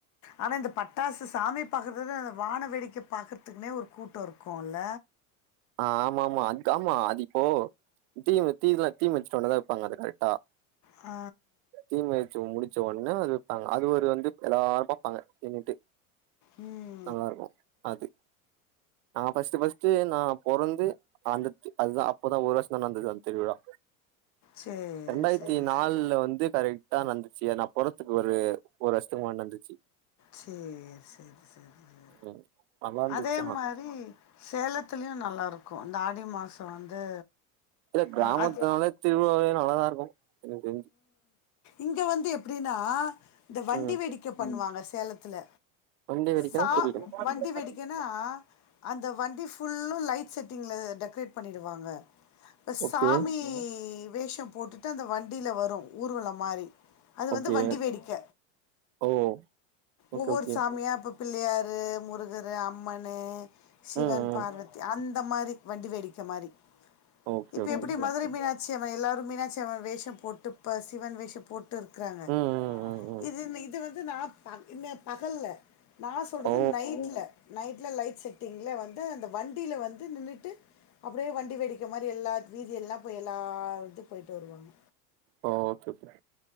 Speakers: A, on the left; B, on the right.
A: ஆனா இந்த பட்டாசு சா சாமி பாக்கறது விட அந்த வான வேடிக்கைய பாக்குறதுக்குனே ஒரு கூட்டோ இருக்குல்ல
B: ஆ ஆமா ஆமா அத் ஆமா அது இப்போ தீ தீதா தீ முச்டோன தா வெப்பாங்க அது கரெக்டா
A: ஆ
B: தீ மிதிச்சு முடிச்ச ஒடனே அது வைப்பாங்க அது ஒரு வந்து எல்லாரு பாப்பாங்க என்னிட்டு
A: ம்
B: நல்லா இருக்கு அது நா ஃபஸ்ட்டு ஃபஸ்ட்டு நா பொறந்து அந்த தி அதுதா அப்பதா ஒரு வர்ஷதா நடந்தது அந்த திருவிழா
A: சரி
B: ரெண்டாயிரத்தி
A: சரி
B: நால்ல
A: சரி
B: வந்து கரெக்ட்டா நடந்துச்சு நா பொறத்துக்கு ஒரு ஒரு வர்ஷத்துக்கு முன்னாடி நடந்து ச்சு
A: சேரி சேரி சேரி
B: ம் நல்லா இருந்துச்சு
A: அதே
B: ஆனா
A: மாரி சேலத்துலயு நல்லாருக்கு இந்த ஆடி மாசோ வந்து
B: இல்ல கிராமத்தனாலே
A: அஹ், அது
B: திருவிழாவே நல்லாதாருக்கு எனக்கு தெரிஞ்சு
A: இங்க வந்து எப்டின்னா இந்த வண்டி
B: ம்
A: வேடிக்க பண்ணுவாங்க சேலத்தல
B: வண்டி வெடிக்கனா
A: சா
B: புரியல
A: வண்டி வேடி கன்னா அந்த வண்டி ஃபுல்லு லைட் செட்டிங்ல டெக்கரேட் பண்ணிடுவாங்க இப்ப
B: ஓகே
A: சாமி வேஷோ போட்டுட்டு அந்த வண்டில வரு ஊர்வலோ மாரி அது
B: ஓகே
A: வந்து வண்டி வேடிக்க
B: ஓ ஓகே
A: ஒவ்வொரு
B: ஓகே
A: சாமியா அப்ப பிள்ளையாரு முருகரு அம்மன்னு சிவன்
B: ம் ம்
A: பார்வதி அந்த மாரி வண்டி வேடிக்க மாரி
B: ஓகே
A: இப்ப
B: ஓகே
A: எப்டி மதுரை மீனாட்சியம்மா எல்லாரு மீனாட்சியம்மா வேஷம் போ போட்டு ப்ப சிவன் வேஷோ போட்டு இருக்குறாங்க
B: ம் ம் ம் ம்
A: இது மே இது வந்து நா பகல்ல நா சொல்றது
B: ஓ
A: நைட்ல நைட்ல லைட் செட்டிங்ல வந்து அந்த வண்டில வந்து நின்னுட்டு அப்டே வண்டி வேடிக்க மாரி எல்லா வீதியெல்லா போய் எல்லா வீட்டுக் போய்ட்டு வருவாங்க
B: ஓ ஓகே ஓகே